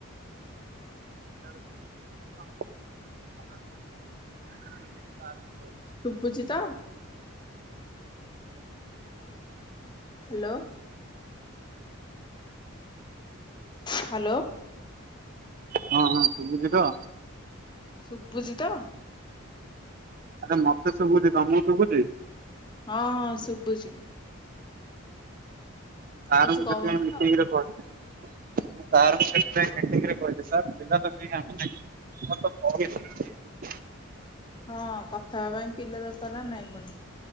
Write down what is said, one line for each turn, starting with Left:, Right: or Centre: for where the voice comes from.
Right: <unintelligible> <unintelligible>
Left: ସୁୁଭୁଚି ତ? ହାଲୋ। ହାଲୋ।
Right: ହଁ ହଁ ସୁବୁଚି ତ?
Left: ସୁବୁଚି ତ?
Right: ଆରେ ମତେ ଶୁଭୁଛି, ତମକୁ ଶୁଭୁଛି?
Left: ହଁ ହଁ ଶୁବୁଚି।
Right: ସାର୍
Left: କିଛି
Right: ଙ୍କୁ
Left: କହୁନ
Right: ସେଥିପାଇଁ ମୁଁ ମିଟିଂ
Left: ତ
Right: ରେ ପ ମୁଁ ସାର୍ ଙ୍କୁ ସେଥିପାଇଁ ମିଟିଂ ରେ କହିଲି, ସାର୍ ପିଲା ତ କେହି କାମ <inaudible>
Left: ହଁ କଥା ହେବା ପାଇଁ ପିଲା ଦରକାର ନା ନାଇଁ ପୁଣି